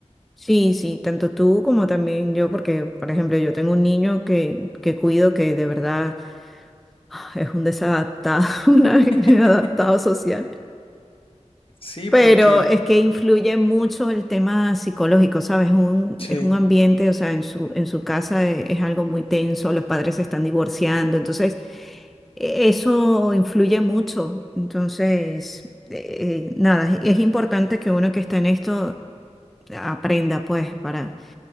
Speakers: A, in the centre; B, on the left.
A: sí, sí, tanto tú como también yo, porque, por ejemplo, yo tengo un niño que, que cuido que de verdad ah, es un desadaptado, <laughs> un
B: <laughs>
A: inadaptado social.
B: Sí,
A: Pero
B: porque
A: es que influye mucho el tema psicológico, ¿sabes? Un,
B: sí,
A: es un ambiente, o sea, en su, en su casa e- es, algo muy tenso, los padres se están divorciando, entonces e- eso influye mucho. Entonces, eh, eh, nada, es, es importante que uno que está en esto aprenda, pues, para,